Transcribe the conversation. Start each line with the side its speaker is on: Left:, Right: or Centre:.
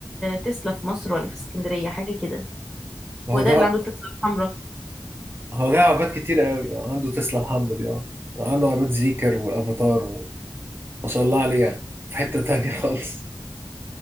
Centre: تسلا في مصر ولا في اسكندرية حاجة كده
Right: ما هو
Centre: هو ده
Right: جا-
Centre: اللي عنده تسلا الحمراء
Right: هو جاي عباد كتير قوي اه عنده تسلا محمد اه وعنده عباد زيكر وافاتار وما شاء الله عليه يعني في حتة تانية <laughs> خالص